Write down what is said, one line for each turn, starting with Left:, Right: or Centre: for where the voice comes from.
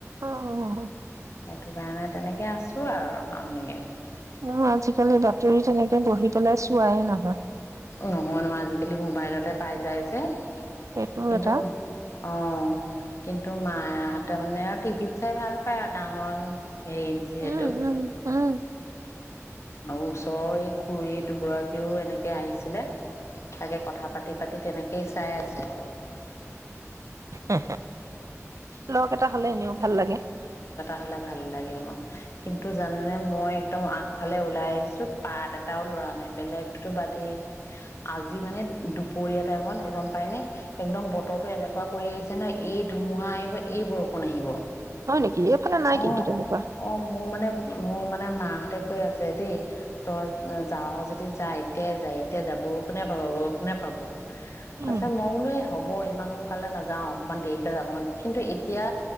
Right: অহ অহ।
Left: সেইটো কাৰণে তেনেকে আছো আৰু আমি
Right: মোৰ আজিকালি বাতৰি তেনেকে বহি পেলাই চোৱাই নহয়
Left: নহ নহাল আজিকালি মোবাইলতে পাই যায় যে
Right: সেইটো
Left: কিন্তু
Right: এটা
Left: অ কিন্তু মাহ মানে আৰু টিভিত চাই ভাল পায় আৰু ডাঙৰ অ এই যিহেতু
Right: উম উম উম
Left: ওচৰ এই খুৰী দুগৰাকীও এনেকে আহিছিলে তাকে কথা পাতি পাতি তেনেকেই চাই আছে আৰু
Right: অ লগ এটা হ'লে এনেও ভাল লাগে
Left: লগ এটা হ'লে ভাল লাগে অ কিন্তু জানে মই একদম আগফালে ওলাই আহিছো পাত এটাও লৰা নাই বেলেগতো বাদেই আজি মানে দুপৰীয়া টাইমত গম পাই নে একদম বতৰো এনেকুৱা কৰি আহিছে নহয় এই ধুমুহা আহিব এই বৰষুণ ফোন আহিব
Right: হয় নেকি এইফালে নাই
Left: অ
Right: কিন্তু তেনেকুৱা
Left: অ মোৰ মানে মোৰ মানে মাহঁতে কৈ আছে দেই তই যাৱ যদি যায় এতিয়াই যাই এতিয়াই যাই বৰষুনে পাব বৰষুনে পাব
Right: উম
Left: তাৰিছত মই বোলো এই হব ইমান সোনকালে নাযাও অকমান দেৰিকে যা অক কিন্তু এতিয়া